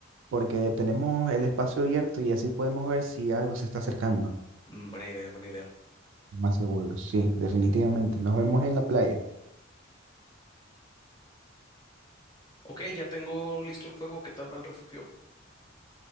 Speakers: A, on the right; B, on the left.
A: porque tenemos el espacio abierto y así podemos ver si algo se está acercando.
B: Mm, buena idea, buena idea.
A: Más seguro, sí, definitivamente. Nos vemos en la playa.
B: Ok, ya tengo listo el fuego. ¿Qué tal va el refugio?